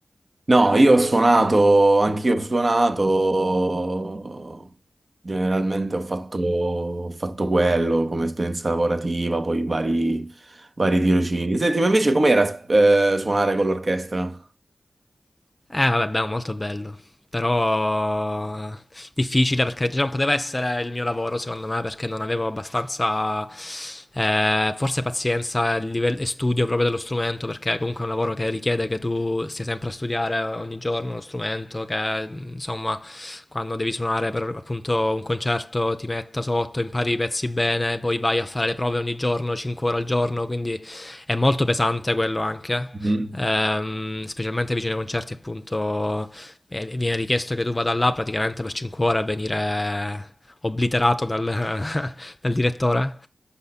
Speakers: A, on the right; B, on the left.
A: No, io ho suonato, anch'io ho suonato, generalmente ho fatto, ho fatto quello come esperienza lavorativa, poi vari, vari tirocini. Senti, ma invece com'era eh, suonare con l'orchestra?
B: Eh, vabbè, beh, molto bello. Però difficile perché cioè, non poteva essere il mio lavoro, secondo me, perché non avevo abbastanza, eh, forse pazienza livello, e studio proprio dello strumento, perché comunque è un lavoro che richiede che tu stia sempre a studiare ogni giorno lo strumento, che insomma, quando devi suonare per appunto un concerto ti metta sotto, impari i pezzi bene, poi vai a fare le prove ogni giorno, 5 ore al giorno, quindi è molto pesante quello anche
A: Mhm.
B: ehm, specialmente vicino ai concerti appunto eh, viene richiesto che tu vada là praticamente per 5 ore a venire obliterato dal, <laughs> dal direttore.